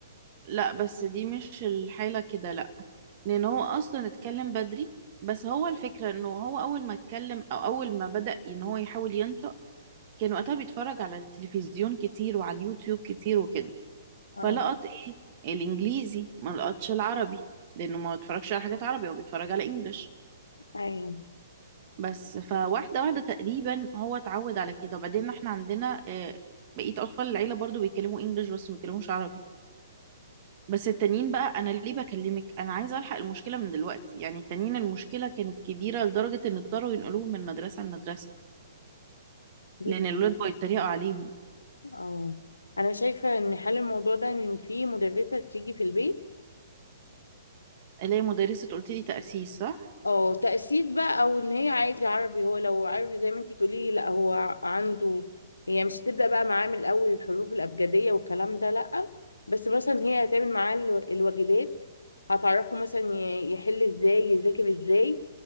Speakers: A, on the right; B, on the left.
A: لا بس دي مش الحالة كده لا لأن هو أصلا اتكلم بدري بس هو الفكرة إنه هو أول ما اتكلم أو أول ما بدأ إن هو يحاول ينطق كان وقتها بيتفرج على التلفزيون كتير وعلى اليوتيوب كتير وكده
B: اه
A: فلقط إيه الإنجليزي ما لقطش العربي لأنه ما بيتفرجش على حاجات عربي هو بيتفرج على إنجلش
B: ايوه
A: بس فواحدة واحدة تقريبا هو اتعود على كده وبعدين احنا عندنا آه، بقية أطفال العيلة برضو بيتكلموا إنجلش بس ما بيتكلموش عربي بس التانيين بقى انا ليه بكلمك انا عايزه الحق المشكله من دلوقتي يعني التانيين المشكله كانت كبيره لدرجه ان اضطروا ينقلوهم من مدرسه لمدرسه
B: بص
A: لان الولاد بقوا يتريقوا عليهم
B: اه أنا شايفة إن حل الموضوع ده إن في مدرسة تيجي في البيت
A: الاقي مدرسه قلت لي تاسيس صح
B: اه تأسيس بقى او ان هي عادي عربي هو لو عربي زي ما انت بتقولي لا هو عنده هي مش هتبدأ بقى معاه من الاول الحروف الابجدية والكلام ده لا بس مثلا هي هتعمل معاه ال- الواجبات هتعرفه مثلا ي- يحل ازاي يذاكر ازاي